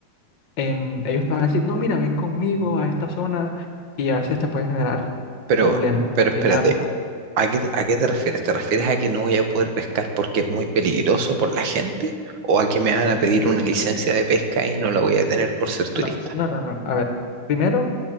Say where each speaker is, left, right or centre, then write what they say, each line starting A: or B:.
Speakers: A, on the left (about 70°); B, on the right (about 80°).
A: em, ellos te van a decir, no, mira, ven conmigo a esta zona y a veces te pueden generar
B: Pero,
A: problemas,
B: pero espérate,
A: que ya ha pasado.
B: ¿a qué, a qué te refieres? ¿Te refieres a que no voy a poder pescar porque es muy peligroso por la gente? ¿O a que me van a pedir una licencia de pesca y no la voy a tener por ser turista?
A: No, no, no, no. A ver, primero,